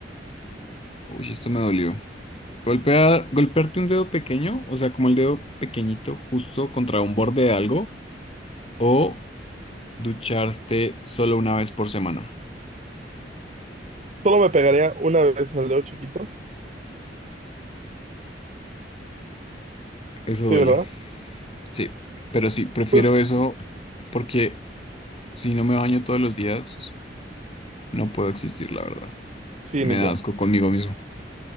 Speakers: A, on the left; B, on the right.
A: Uy, esto me dolió. Golpea, golpearte un dedo pequeño, o sea, como el dedo pequeñito justo contra un borde de algo, o ducharte solo una vez por semana.
B: Solo me pegaría una vez en el dedo chiquito.
A: Eso
B: Sí,
A: duele.
B: ¿verdad?
A: Sí, pero sí, prefiero
B: Pues
A: eso porque si no me baño todos los días, no puedo existir, la verdad.
B: sí,
A: Me
B: ni
A: da
B: yo.
A: asco conmigo mismo.